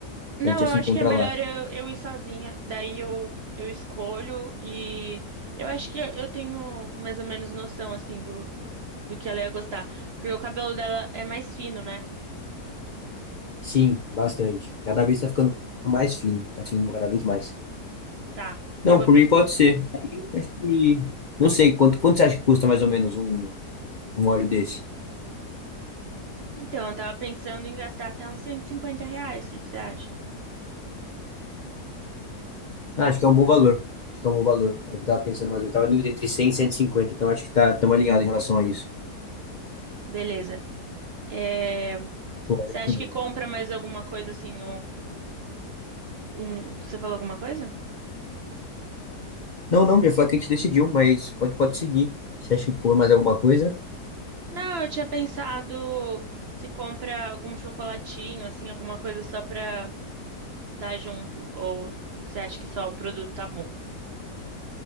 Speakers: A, on the right; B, on the left.
A: Não,
B: A gente ia
A: eu
B: se
A: acho
B: encontrar
A: que é melhor
B: lá.
A: eu, eu ir sozinha. Daí eu, eu escolho e eu acho que eu tenho mais ou menos noção, assim, do, do que ela ia gostar. Porque o cabelo dela é mais fino, né?
B: Sim, bastante. Cada vez tá ficando mais fino. Tá ficando cada vez mais.
A: Tá.
B: Não,
A: Eu vou
B: por
A: pedir.
B: mim pode ser. Aí, acho que... Não sei, quanto, quanto você acha que custa mais ou menos um, um óleo desse?
A: Então, eu tava pensando em gastar até uns cento e cinquenta reais. O que que você acha?
B: Ah, acho que é um bom valor. Acho que é um bom valor. É o que eu tava pensando mais ou menos. Tava em dúvida entre 100 e 150, então acho que tá, estamos alinhados em relação a isso.
A: Beleza. É,
B: Pô, olha
A: Você acha
B: que-
A: que compra mais alguma coisa, assim, um, um... Você falou alguma coisa?
B: Não, não, já falei que a gente decidiu, mas pode, pode seguir. Você acha que a gente cobra mais alguma coisa?
A: Não, eu tinha pensado se compra algum chocolatinho, assim, alguma coisa só pra. dar junto? Ou você acha que só o produto tá bom?